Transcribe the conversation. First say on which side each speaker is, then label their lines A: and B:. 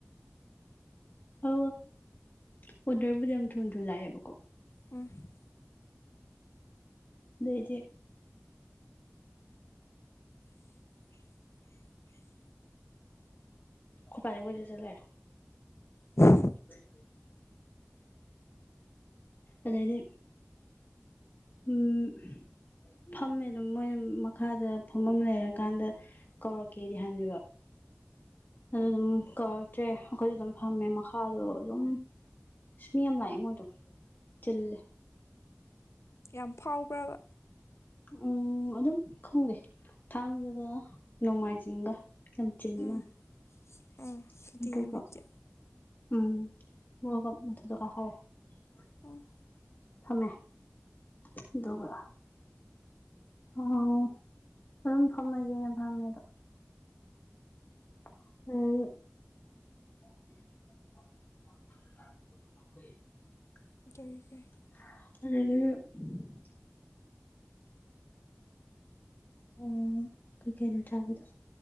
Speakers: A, on the left; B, on the left.
A: ꯑ ꯑꯣꯗꯔꯕꯨꯗꯤ ꯌꯥꯝ ꯊꯨ ꯊꯨ ꯂꯥꯛꯑꯦꯕꯀꯣ
B: ꯎꯝ
A: ꯂꯩꯩꯗꯤ
B: <unintelligible>
A: ꯎꯄꯅꯤ ꯁꯁ ꯂꯦ
B: ꯑꯣ
A: ꯂꯩ ꯑꯗꯥꯏꯗꯤ ꯎꯝ ꯐꯝꯃꯦ ꯑꯗꯨꯝ ꯃꯣꯏꯅ ꯃꯈꯥꯗꯥ ꯐꯝꯃꯝ ꯂꯩꯔꯀꯥꯟꯗ ꯀꯧꯔꯛꯀꯦꯗꯤ ꯍꯥꯏꯅꯦꯕ ꯑꯗꯨ ꯑꯗꯨꯝ ꯀꯧꯔꯛꯇ꯭ꯔꯦ ꯑꯩꯈꯣꯏꯁꯨ ꯑꯗꯨꯝ ꯐꯝꯃꯦ ꯃꯈꯥꯗꯣ ꯑꯗꯨꯝ <unintelligible> ꯆꯜꯂꯦ
B: ꯌꯥꯝ ꯐꯥꯎꯕ꯭ꯔꯥꯕꯥ
A: ꯎꯝ ꯑꯗꯨꯝ ꯈꯪꯗ‌ꯦ ꯊꯥꯡꯖꯥꯒ ꯅꯣꯡꯃꯥꯏꯖꯤꯡꯒ ꯌꯥꯝ ꯆꯤꯟꯕ
B: ꯎꯝ ꯎꯝ
A: ꯎꯝ
B: ꯁꯨꯇꯤ ꯅꯨꯃꯤꯠꯀꯤ
A: <unintelligible>
B: ꯎꯝ
A: ꯊꯃꯦ ꯑꯗꯨꯒꯕ ꯑꯣ ꯑꯗꯨꯝ ꯐꯝꯃꯁꯦꯅꯦ ꯐꯝꯃꯦꯗꯣ <unintelligible> <unintelligible>
B: <unintelligible>
A: <unintelligible> ꯎꯝ ꯀꯩ ꯀꯩꯅꯣ ꯆꯥꯕꯗꯣ